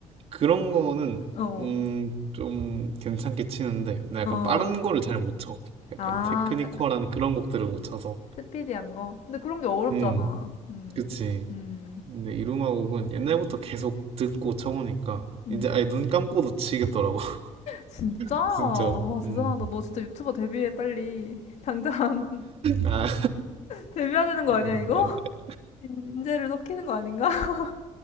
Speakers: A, on the right (about 50°); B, on the left (about 65°).
A: 그런 거는
B: 어,
A: 음, 좀 괜찮게 치는데 나
B: 어,
A: 약간 빠른 거를 잘 못 쳐. 약간
B: 아,
A: 테크니컬한
B: 약간
A: 그런 곡들을 못 쳐서.
B: 스피디한 거. 근데 그런 게 어렵잖아.
A: 음,
B: 음,
A: 그치.
B: 음,
A: 근데 이루마 곡은 옛날부터 계속 듣고 쳐보니까
B: 음.
A: 이제 아예 눈 감고도 치겠더라고. <laughs>
B: 진짜? 와
A: 진짜.
B: 대단하다.
A: 음.
B: 너 진짜 유튜버 데뷔해 빨리. 당장 <laughs>
A: 아,
B: 데뷔해야 되는 거
A: 아,
B: 아니야 이거?
A: 아.
B: 인- 인재를 섞이는 거 아닌가? <laughs>